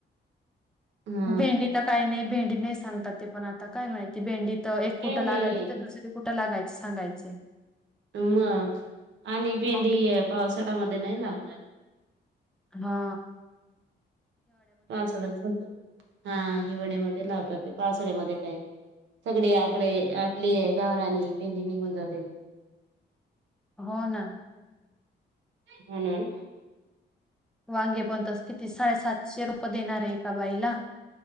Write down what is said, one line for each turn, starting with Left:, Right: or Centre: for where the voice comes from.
Right: हा
Centre: भेंडी तर काय नाही भेंडी नाही सांगतात. ते पण आता काय माहिती भेंडी तर एक कुठं
Right: भेंडी
Centre: लागायची तर दुसरी कुठं लागायच सांगायचे.
Right: मग आणि भेंडी
Centre: हा
Right: पावसाळा्यामध्ये नाही लावणार.
Centre: हा.
Right: पासळ्या हा हिवाळ्यामध्ये लावतात ते पासळ्यामध्ये काय. सगळे आपले आपले गावरानी पेंी नि गुं जावले.
Centre: हो ना.
Right: म्हणून.
Centre: वांगे पण तस किती साडेसातशे रुपये देणार आहे का बाईला.